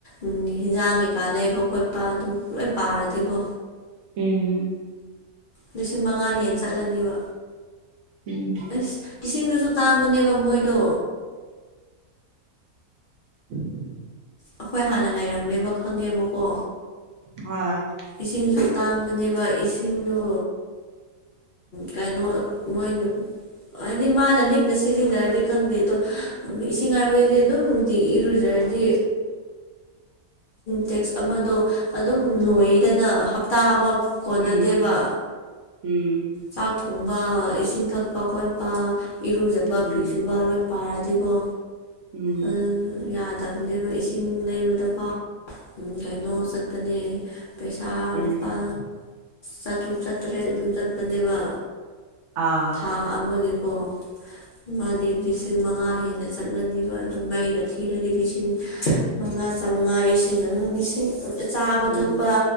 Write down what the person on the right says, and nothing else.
ꯎꯝ
ꯎꯝ
ꯎꯝ
ꯍꯣꯏ
ꯎꯝ ꯎꯝ
ꯎꯝ
ꯎꯝ
ꯎꯝ
ꯑꯥ
ꯎꯝ